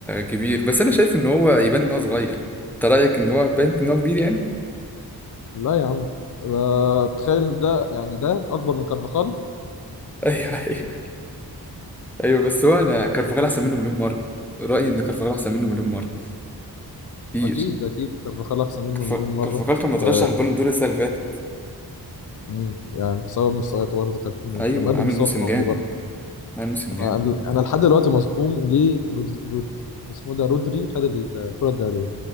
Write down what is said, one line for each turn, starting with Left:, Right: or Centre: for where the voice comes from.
Centre: كبير بس انا شايف ان هو يبان ان هو صغير انت رايك ان هو باين ان هو كبير يعني
Left: لا يا عم آه، تخيل ده يعني ده اكبر من كارفاخال
Centre: <laughs> ايوه ايوه ايوه بس هو انا كرفخال احسن منه مليون مره رايي ان كرفخال احسن منه مليون مره كتير
Left: اكيد اكيد كارفاخال احسن منه
Centre: كرف-
Left: مليون مره
Centre: كرفخال كان مترشح
Left: و
Centre: البالون دور السنه اللي فاتت
Left: مم. يعني بسبب مستوياته برضه كان
Centre: ايوه
Left: كان مقدم
Centre: عامل
Left: مستوى
Centre: موسم
Left: خرافي
Centre: جامد
Left: برضه
Centre: عامل موسم جامد
Left: انا انا لحد دلوقتي مصدوم ليه رود... رود... اسمه ده رودري خد الكره الذهبيه